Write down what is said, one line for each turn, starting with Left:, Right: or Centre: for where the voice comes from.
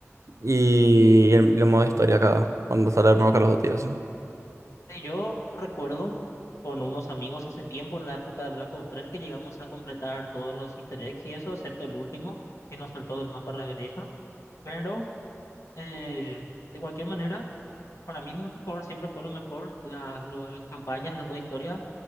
Right: y el, el modo historia acá, cuando sale el nuevo Call of Duty, eso.
Left: Sí, yo recuerdo con unos amigos hace tiempo, en la época de Black Ops tres que llegamos a completar todos los Easter eggs y eso, excepto el último que nos faltó del mapa Revelations. Pero eh, de cualquier manera, para mí el multijugador siempre fue lo mejor. Las, lo- las campañas, el modo historia,